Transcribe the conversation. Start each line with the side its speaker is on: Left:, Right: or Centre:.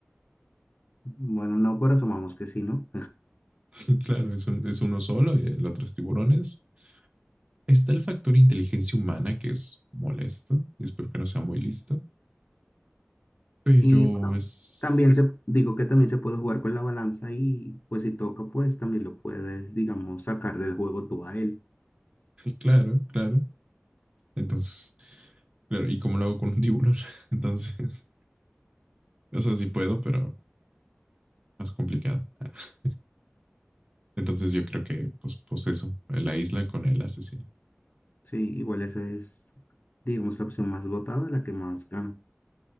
Left: bueno, no, pero asumamos que sí, ¿no?
Right: <laughs> Claro, es, un- es uno solo y el otro es tiburones. Está el factor inteligencia humana que es molesto. Espero que no sea muy listo, pero
Left: Y bueno,
Right: es
Left: también se, digo que también se puede jugar con la balanza y pues si toca, pues también lo puedes, digamos, sacar del juego tú a él.
Right: Claro, claro. Entonces, claro, ¿y cómo lo hago con un tiburón? <laughs> Entonces, o sea, sí puedo, pero más complicado. <laughs> Entonces yo creo que, pues, pues eso, la isla con el asesino.
Left: Sí, igual esa es, digamos, la opción más votada, la que más gana.